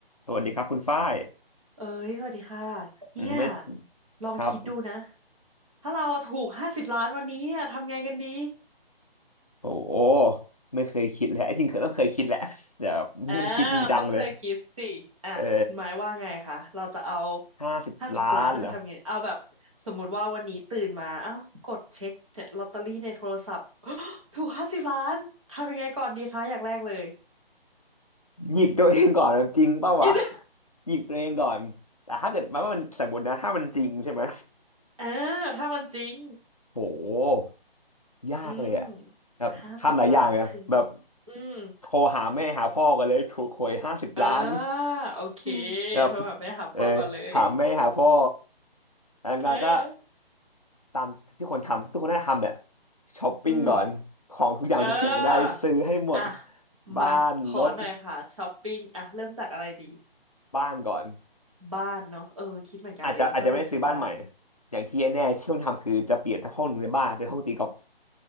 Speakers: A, on the left; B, on the right.
A: สวัสดีครับคุณฝ้าย
B: เอ้ยสวัสดีค่ะเนี่ย
A: อืมไม่
B: ลองคิดดูนะ
A: ครับ
B: ถ้าเราถูกห้าสิบล้านวันนี้เนี่ยทำไงกันดี
A: โอ้โหไม่เคยคิดเลยจริงๆเคยต้องเคยคิดแหละแต่แบบไม่ได้คิดจริงจังเลย
B: อ่าต้องเคยคิดสิอ่ะคุณหมายว่าไงคะเราจะเอา
A: เออห้าสิบล้านเหรอ
B: ห้าสิบล้านไปทำไงเอาแบบสมมติว่าวันนี้ตื่นมาเอ้ากดเช็คเนี่ยลอตเตอรี่ในโทรศัพท์ถูกห้าสิบล้านทำยังไงก่อนดีคะอย่างแรกเลย
A: หยิกตัวเองก่อนนะจริงเปล่าวะ
B: ยด
A: หยิกตัวเองก่อนแต่ถ้าเกิดมันว่ามันสมมตินะถ้ามันจริงใช่ไหม
B: <laughs> อ่าถ้ามันจริง
A: <laughs> โห ยากเลยอ่ะ
B: อืม
A: แบบทำหลายอย่างอ่ะแบบ
B: ห้าสิบล้านคืออืม
A: โทรหาแม่หาพ่อกันเลยถูกหวยห้าสิบล้าน
B: อ่าโอเค
A: <laughs> แบบ
B: โทรหาแม่หาพ่อก่อนเลย
A: เออหาแม่หาพ่ออันนั้นก็
B: <laughs> เออ
A: ตามที่คนทำทุกคนน่าจะทำเนี่ยช้อปปิ้งก่อนของทุกอย่างที่อยากได้ซื้อให้หมด
B: อืมเอออ่ะ
A: บ้านรถ
B: มาขอหน่อยค่ะช้อปปิ้งอ่ะเริ่มจากอะไรดี
A: บ้านก่อน
B: บ้านเนาะเออคิดเหมือนกันเลยว่าจะซื้อบ้าน
A: อาจจะอาจจะไม่ได้ซื้อบ้านใหม่อย่างที่แน่ๆที่ต้องทำคือจะเปลี่ยนทั้งห้องหนึ่งในบ้านเป็นห้องตีกอล์ฟ